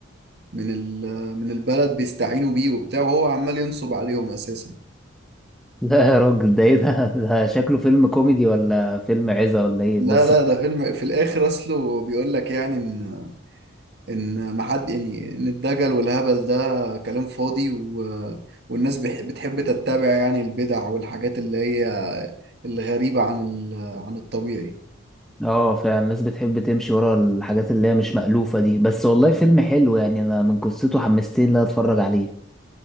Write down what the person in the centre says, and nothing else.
لا يا راجل ده ايه ده <laughs> ده شكله فيلم كوميدي ولا فيلم عزة ولا ايه
بس
اه فعلا الناس بتحب تمشي ورا الحاجات اللي هي مش مألوفة دي بس والله فيلم حلو يعني انا من قصته حمستني ان انا اتفرج عليه